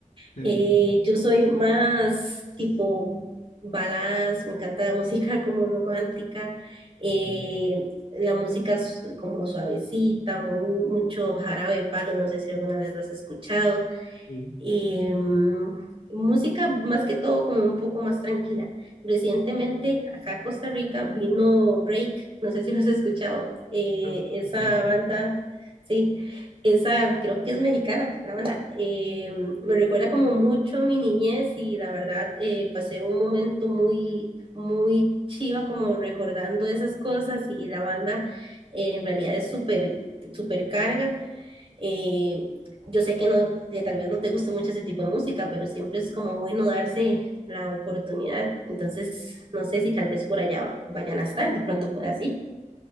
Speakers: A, on the left; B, on the right.
A: Sí,
B: Eh,
A: sí.
B: yo soy más tipo baladas, me encanta la música <laughs> como romántica, eh,
A: Ok.
B: la música s- como suavecita, muy- mucho jarabe de palo, no sé si alguna vez lo has escuchado
A: Sí.
B: eh, música más que todo como un poco más tranquila. Recientemente acá a Costa Rica vino Rake, no sé si lo has escuchado, eh,
A: Creo
B: esa
A: que sí.
B: banda, sí, esa creo que es mexicana, la banda. Eh, me recuerda como mucho a mi niñez y la verdad eh, pasé un momento muy, muy chiva como recordando esas cosas y la banda eh, en realidad es súper, súper carga eh, yo sé que no, que tal vez no te guste mucho ese tipo de música, pero siempre es como bueno darse la oportunidad. Entonces, no sé si tal vez por allá vayan a estar, de pronto puedas ir.